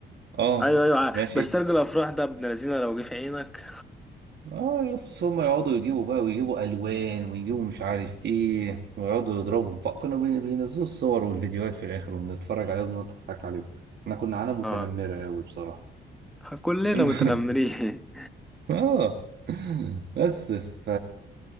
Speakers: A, on the right; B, in the centre.
A: اه
B: ايوه ايوه ع-
A: ماشي
B: بس ترجو الافراح ده ابن لذينه لو جه في عينك
A: اه بس هم يقعدوا يجيبوا بقى ويجيبوا الوان ويجيبوا مش عارف ايه ويقعدوا يضربوا في بعض كانوا بين- بينزلوا الصور والفيديوهات في الاخر وبنتفرج عليهم ونضحك عليهم احنا كنا عالم متنمرة
B: اه
A: قوي بصراحة
B: كلنا
A: <laughs> المهم،
B: متنمرين
A: اه بس ف